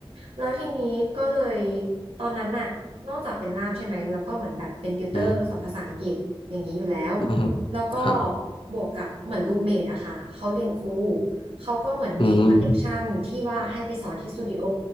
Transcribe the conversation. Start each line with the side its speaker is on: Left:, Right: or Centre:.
Right: แล้วทีนี้ก็เลยตอนนั้นน่ะนอกจากเป็นล่ามใช่ไหมแล้วก็เหมือนแบบเป็นติวเตอร์สอนภาษาอังกฤษอย่างนี้อยู่แล้ว
Left: อืมอืม
Right: แล้วก็
Left: ครับ
Right: บวกกับเหมือนรูเมทอะค่ะเขาเรียนครูเขาก็เหมือนมีคอนเนคชันที่ว่าให้ไปสอนที่สตูดิโอ
Left: อืม